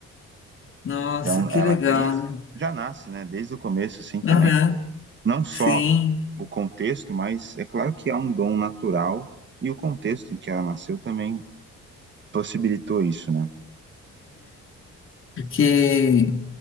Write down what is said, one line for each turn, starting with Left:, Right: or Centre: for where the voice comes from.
Left: nossa,
Right: Então,
Left: que
Right: ela
Left: legal,
Right: desde,
Left: né?
Right: já nasce, né, desde o começo, assim, também,
Left: Aham,
Right: não só
Left: sim,
Right: o contexto, mas é claro que há um dom natural, e o contexto em que ela nasceu também possibilitou isso, né?
Left: porque